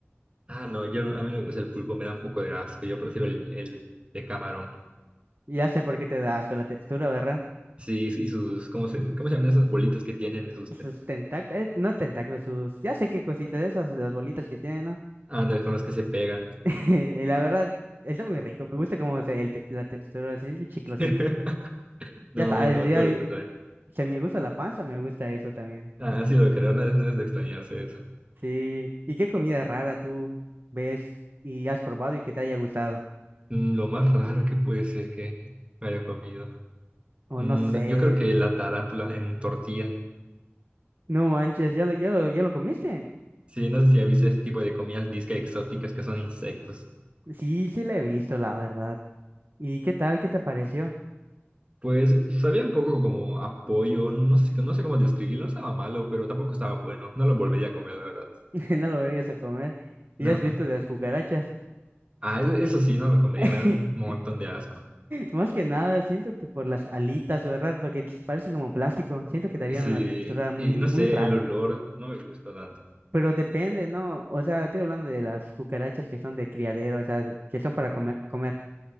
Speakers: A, on the right; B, on the right.
A: Ah, no, yo no- a mí no me gusta el pulpo, me da un poco de asco, yo prefiero el, el de camarón.
B: Ya sé por qué te da asco la textura, ¿verdad?
A: Sí, y sus, ¿cómo se, cómo se llaman esas bolitas que tienen? Sus,
B: Sus tentáculos, no tentáculos, sus, ya sé qué cositas esas, las bolitas que tienen, ¿no?
A: ándale, con las que se pegan.
B: <laughs> Y la verdad, está muy rico, me gusta como se, el te- la textura, así, chiclosita.
A: <laughs> No,
B: Ya sabes,
A: a mí no,
B: ya,
A: todo lo contrario.
B: se me gusta la panza, me gusta eso también.
A: Ah, sí, lo creo, no es, no es de extrañarse eso.
B: Sí. ¿Y qué comida rara tú ves y has probado y que te haya gustado?
A: Mm, Lo más raro que puede ser que haya comido.
B: O
A: Mm,
B: no sé.
A: yo creo que la tarántula en tortilla.
B: No manches, ¿ya lo, ya lo, ya lo comiste?
A: Sí, no sé si has visto ese tipo de comidas disque exóticas que son insectos.
B: Sí, sí la he visto, la verdad. ¿Y qué tal? ¿Qué te pareció?
A: Pues sabía un poco como apoyo, no sé, no sé cómo describirlo, no estaba malo, pero tampoco estaba bueno. No lo volvería a comer, la verdad.
B: <laughs> No lo verías a comer. ¿Y
A: No.
B: has visto de las cucarachas?
A: Ah, e- eso sí, no lo comería,
B: <laughs>
A: me da un montón de asco.
B: Más que nada, siento que por las alitas, ¿verdad? Porque parecen como plástico. Siento que darían
A: Sí,
B: una textura muy,
A: y no
B: muy
A: sé,
B: rara.
A: el olor no me gusta tanto.
B: Pero depende, ¿no? O sea, estoy hablando de las cucarachas que son de criadero, o sea, que son para come- comer.